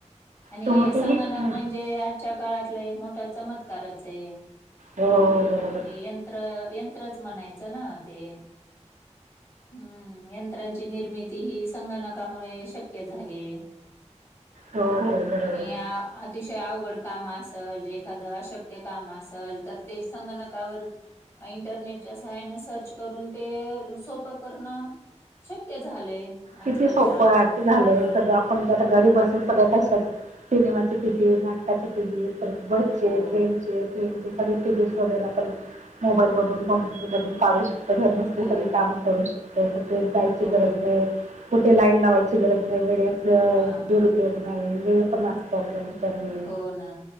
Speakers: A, on the left; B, on the right.
A: आणि
B: तर मग तुम्ही
A: संगणक
B: हां.
A: म्हणजे आजच्या काळातला एक मोठा चमत्कारच आहे.
B: हो हो बरोबर.
A: हे यंत्र यंत्रच म्हणायचं ना ते, हम्म यंत्रांची निर्मि ती ही संगणकामुळे शक्य झाले.
B: हो हो हो हो बरोबर
A: आणि
B: आहे.
A: अतिशय आवगड काम असल जे एखादं अशक्य काम असल तर ते संगणकावर अ इंटरनेटच्या सहाय्याने सर्च करून ते सोपं करणं शक्य झालंय.
B: किती
A: आजकालच्या
B: सोपंय असं झालंय,
A: हा
B: सध्या आपण त आता घरी बसून सगळं कसं, सिनेमाची तिकीट, नाटकाची तिकीट परत बसचे,
A: हो
B: ट्रेनचे ट्रेनचे तिकिटस् वैगरे आपण मोबाईलधून कम्प्युटरधून काढू श तर घर बसले
A: हो
B: सगळी कामं करू शकतो, कुठेच जायची
A: हो
B: गरज नाही. कुठे लाईन लावायची गरज नाही, वेळेच
A: हा
B: दुरुपयोग नाही वेळ पण वाचतो आपला. त्याच्यामुळे.
A: हो ना,